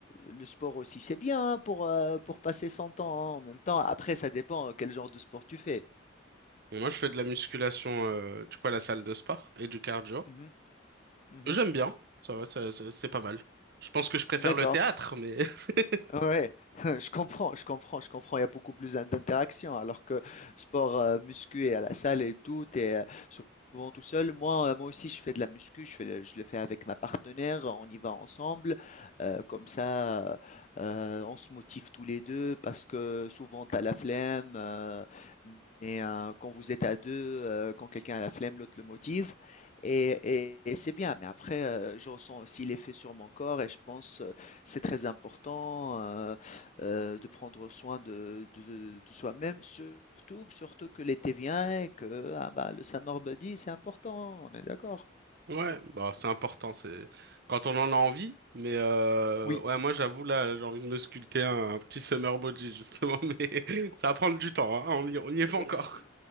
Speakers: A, on the left (about 35°); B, on the right (about 55°).
A: le sport aussi, c'est bien hein, pour, euh, pour passer son temps, hein, en même temps. Après, ça dépend euh, quel genre de sport tu fais.
B: Et moi, je fais de la musculation, euh, du coup, à la salle de sport et du cardio.
A: Mhm, mhm.
B: J'aime bien, ça va, ça- ça- c'est pas mal. Je pense que je préfère
A: D'accord.
B: le théâtre, mais <laughs>
A: Ouais, <laughs> je comprends, je comprends, je comprends. Il y a beaucoup plus d'in- d'interactions. Alors que sport euh, muscu et à la salle et tout, t'es euh, souvent tout seul. Moi, euh, moi aussi, je fais de la muscu. Je fais le, je le fais avec ma partenaire. On y va ensemble. Euh, comme ça, euh, on se motive tous les deux parce que souvent, t'as la flemme. euh, mais euh, quand vous êtes à deux, euh, quand quelqu'un a la flemme, l'autre le motive. Et, et- et c'est bien. Mais après, euh, je ressens aussi l'effet sur mon corps et je pense. euh, c'est très important euh, euh, de prendre soin de, de- de soi-même, surtout, surtout que l'été vient et que ah bah, le summer body, c'est important, on est d'accord.
B: ouais, bah, c'est important, c'est quand on en a envie. Mais euh,
A: Oui,
B: ouais, moi j'avoue là, j'ai envie de me sculpter un, un petit summer body justement, <laughs> mais ça va prendre du temps, hein. On y, on y est pas
A: ex-
B: encore.